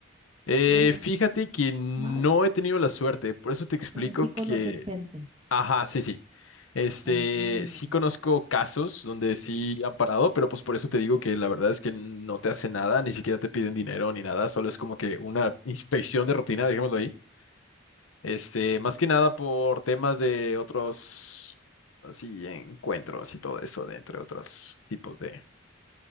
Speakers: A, on the left; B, on the right.
A: Eh,
B: de los
A: fíjate que no
B: malos?
A: he tenido la suerte, por eso te explico
B: Pero sí conoces
A: que,
B: gente.
A: ajá, sí, sí. Este,
B: Oh.
A: sí conozco casos donde sí han parado, pero pues por eso te digo que la verdad es que no te hace nada, ni siquiera te piden dinero ni nada, solo es como que una inspección de rutina, dejémoslo ahí. Este, más que nada por temas de otros, así, encuentros y todo eso, de entre otros tipos de,